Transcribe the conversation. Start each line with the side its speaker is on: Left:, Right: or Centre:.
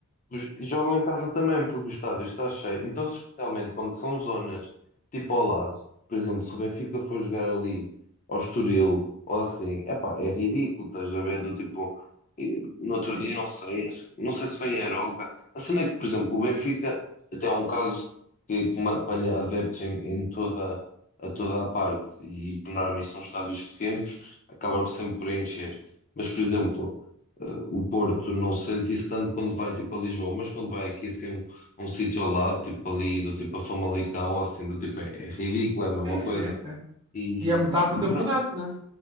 Left: Os- Jogam em casa também, porque o estádio está cheio. Então, se especialmente quando são zonas tipo ao lado, por exemplo, se o Benfica for jogar ali ao Estoril ou assim, epá, é ridículo, estás a ver? Do tipo, e- no outro
Right: Sim,
Left: dia, não sei, acho- não sei se foi em Arouca. A cena é que, por exemplo, o Benfica até há um caso que, que apanha adeptos em, em toda, a toda a parte e, por norma, isso são estádios pequenos, acaba sempre por encher. Mas, por exemplo. Uh, o Porto não se sente isso tanto quando vai tipo a Lisboa, mas quando vai aqui assim um, um sítio ao lado, tipo ali, do tipo a Famalicão, ou assim, do tipo é, é ridículo, é a mesma
Right: sim,
Left: coisa.
Right: sim. sim.
Left: E,
Right: E é metade do campeonato,
Left: e pronto,
Right: né?